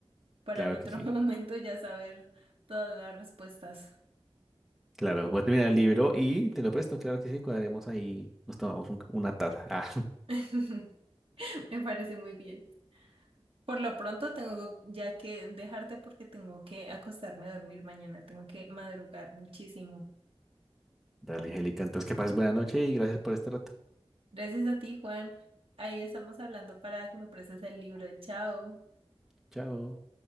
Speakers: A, on the right; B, in the centre.
A: para
B: Claro
A: en otro
B: que sí.
A: <laughs> momento ya saber todas las respuestas.
B: Claro, voy a terminar el libro y te lo presto. Claro que sí, cuadremos ahí. Nos tomamos un- una taza. Ah.
A: <laughs> Me parece muy bien. Por lo pronto tengo ya que dejarte porque tengo que acostarme a dormir mañana, tengo que madrugar muchísimo.
B: Dale, Angélica. Entonces, que pases buena noche y gracias por este rato.
A: Gracias a ti, Juan. Ahí estamos hablando para que me prestes el libro. Chao.
B: Chao.